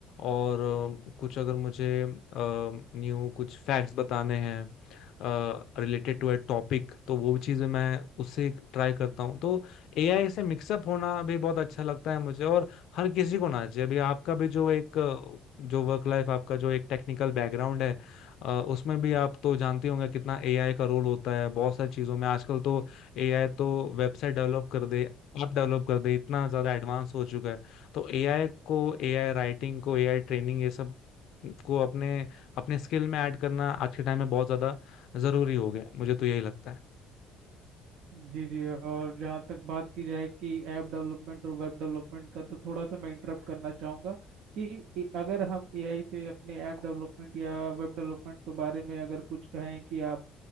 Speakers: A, on the left (about 60°); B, on the right (about 70°).
A: और अ, कुछ अगर मुझे न्यू कुछ फैक्ट्स बताने हैं रिलेटेड टू ए टॉपिक तो वो चीज़ें मैं उससे ट्राई करता हूँ तो एआई से मिक्सअप होना भी बहुत अच्छा लगता है मुझे और हर किसी को ना चाहिए अभी आपका भी जो एक अ, जो वर्क लाइफ आपका जो एक टेक्निकल बैकग्राउंड है अ, उसमें भी आप तो जानते होंगे कितना एआई का रोल होता है बहुत सारी चीजों में आजकल तो एआई तो वेबसाइट डेवलप कर दे ऐप डेवलप कर दे इतना ज्यादा एडवांस हो चुका है तो एआई को एआई राइटिंग को एआई ट्रेनिंग ये सब को अपने अपने स्किल में ऐड करना आज के टाइम में बहुत ज्यादा जरूरी हो गया मुझे तो यही लगता है
B: जी जी और जहाँ तक बात की जाए कि ऐप डेवलपमेंट और वेब डेवलपमेंट का तो थोड़ा सा मैं इंटरप्ट करना चाहूँगा कि ए- अगर हम एआई से अपने ऐप डेवलपमेंट या वेब डेवलपमेंट के बारे में अगर कुछ कहें कि आप